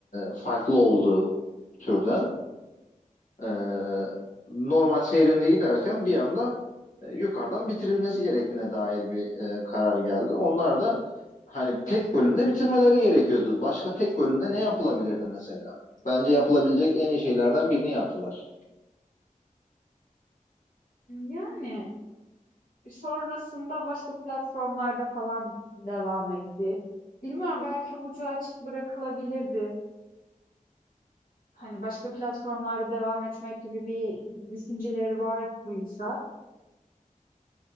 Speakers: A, on the left; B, on the left.
A: farklı olduğu türden e, normal seyrinde giderken bir anda e, yukarıdan bitirilmesi gerektiğine dair bir e, karar geldi. Onlar da hani tek bölümde bitirmeleri gerekiyordu. Başka tek bölümde ne yapılabilirdi mesela? Bence yapılabilecek en iyi şeylerden birini yaptılar.
B: Yani sonrasında başka platformlarda falan devam etti. Bilmiyorum belki ucu açık bırakılabilirdi. Hani başka platformlarda devam etmek gibi bir düşünceleri vardıysa